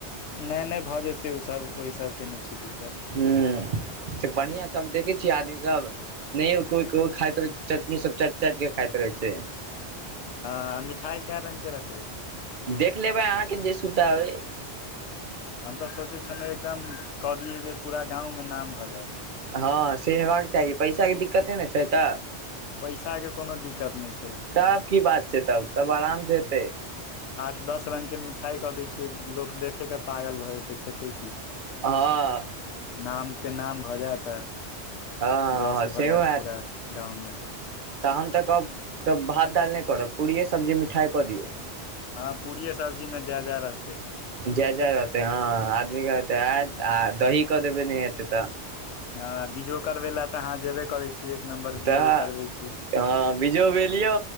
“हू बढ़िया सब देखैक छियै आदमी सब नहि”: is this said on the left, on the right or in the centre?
Right